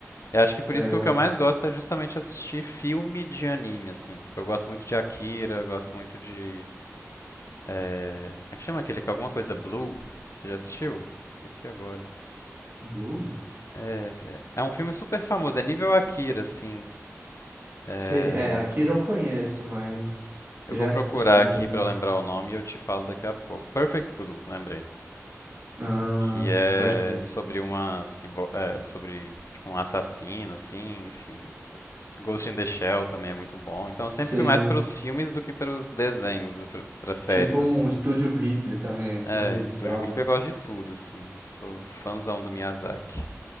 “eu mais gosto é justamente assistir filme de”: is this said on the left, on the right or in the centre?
Left